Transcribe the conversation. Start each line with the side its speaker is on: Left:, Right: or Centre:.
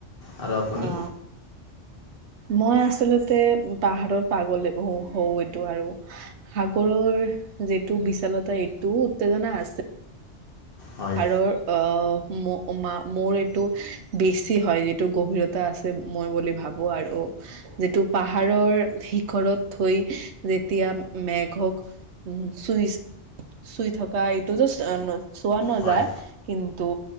Left: আৰু আপুনি
Right: অ মই আচলতে পাহাৰত পাগল হওঁ এইটো আৰু। সাগৰৰ যিটো বিশালতা এইটোও উত্তেজনা আছে।
Left: হয়
Right: পাহাৰৰ অহ ম মোৰ এইটো বেছি হয় যিটো গভীৰতা আছে। মই বুলি ভাবোঁ আৰু যিটো পাহাৰৰ শিখৰত থৈ যেতিয়া মেঘক উ চুইচ চুই থকা এইটোতো অ চোৱা নাযায়।
Left: হয়
Right: কিন্তু